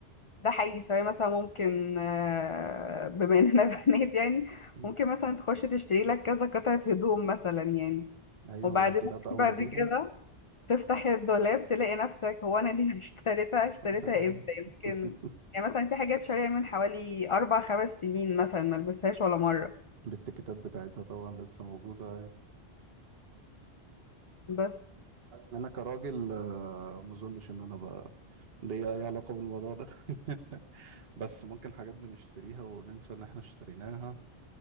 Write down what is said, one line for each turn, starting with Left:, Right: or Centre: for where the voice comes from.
Left: ده حقيقي سواء مثلا ممكن آه بما اننا <laughs> بنات يعني
Right: مم.
Left: ممكن مثلا تخش تشتري لك كذا قطعة هدوم مثلا يعني
Right: ايوه
Left: وبعدين
Right: والدولاب
Left: ممكن
Right: اولى
Left: بعد
Right: بيهم
Left: كده تفتح الدولاب تلاقي نفسك هو انا دي اللي اشتريتها
Right: <laughs>
Left: اشتريتها
Right: ايوه
Left: امتى يمكن
Right: <laughs>
Left: يعني مثلا في حاجات شارية من حوالي اربع خمس سنين مثلا ملبسهاش ولا مرة
Right: الاتيكيتات بتاعتها طبعا لسه موجودة
Left: بس
Right: أنا كراجل آه، ما أظنش إن أنا بقى ليا أي علاقة بالموضوع ده <laughs> بس ممكن حاجات بنشتريها وننسى إن إحنا اشتريناها